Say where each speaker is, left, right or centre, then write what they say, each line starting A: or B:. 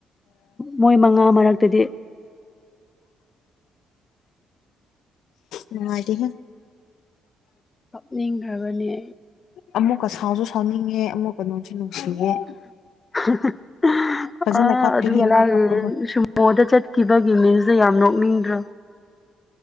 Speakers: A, on the left (about 25°); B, on the left (about 80°).
A: ꯃꯣꯏ ꯃꯉꯥ ꯃꯔꯛꯇꯗꯤ
B: ꯅꯨꯡꯉꯥꯏꯗꯤ
A: ꯍꯥꯞꯅꯤꯡꯈ꯭ꯔꯕꯅꯦ
B: ꯑꯃꯨꯛꯀ ꯁꯥꯎꯁꯨ ꯁꯥꯎꯅꯤꯡꯉꯦ ꯑꯃꯨꯛꯀ ꯅꯨꯡꯁꯨ ꯅꯨꯡꯁꯤꯌꯦꯦ
A: <inaudible>
B: ꯐꯖꯅ
A: ꯑ
B: ꯀꯥꯞꯄꯤꯅꯦ
A: ꯑꯗꯨꯒ ꯂꯥꯛꯑ
B: ꯃꯥ ꯀꯥꯞꯄꯗꯣ
A: ꯁꯨꯃꯣꯗ ꯆꯠꯈꯤꯕꯒꯤ ꯃꯤ ꯑ ꯌꯥꯝ ꯅꯣꯛꯅꯤꯡꯗ꯭ꯔꯣ